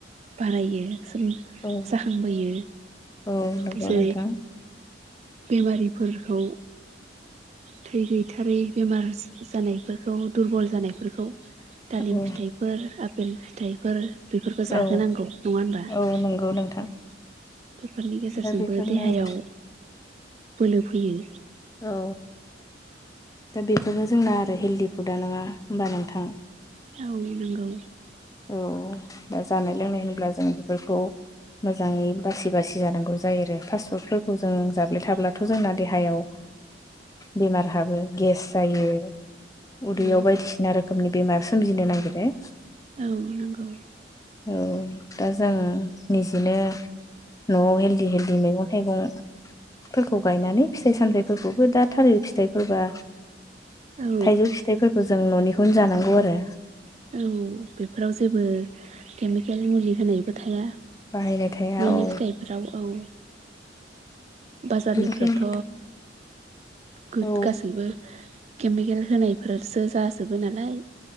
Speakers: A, on the right; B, on the left.
A: बारायो सोगोम
B: औ
A: जाखांबोयो
B: औ नंगौ
A: बिसोरै।
B: नोंथां
A: बेमारिफोरखौ। थै गैथारै बेमार जानायफोरखौ दुरबल जानायफोरखौ। दालिम
B: औ
A: फिथाइफोर आफपेल फिथाइफोर। बेफोरखौ जाहोनांगौ
B: औ
A: नङा होनबा।
B: औ नंगौ नोंथां
A: बेफोरनि गेजेरजोंबो
B: दा बेफोरनो
A: देहायाव
B: आरो
A: बोलो फैयो।
B: औ। दा बेफोरबो जोंना आरो हेल्दि फुदा नङा होमबा नोंथां।
A: औ नंगौ।
B: औ दा जानाय लोंनाय होन्ला जों बेफोरखौ। मोजाङै बासि बासि जानांगौ जायो आरो फास्ट फुडफोरखौ जों जाब्लाय थाब्लाथ' जोंना देहायाव। बेमार हाबो गेस जायो। उदैयाव
A: औ
B: बायदिसिना रोखोमनि बेमार सोमजिनो नागिरो।
A: औ नंगौ।
B: औ दा जोङो निजिनो। न'आव हेल्दि हेल्दि मैगं थाइगं। फोरखौ गायनानै फिथाइ साम्राइफोरखौबो दा थालिर फिथाइफोरबा।
A: औ
B: थाइजौ फिथाइफोरखौ जों न'निखौनो जानांगौ आरो।
A: औ बेफोराव जेबो केमिकेल मुलि होनायबो थाया।
B: बाहायनाय थाया
A: न'नि
B: औ
A: फिथाइफोराव औ बाजारनिफोराथ'
B: बेनिखायनो
A: गुद
B: औ
A: गासैबो केमिकेल होनायफोरसो जाजोबो नालाय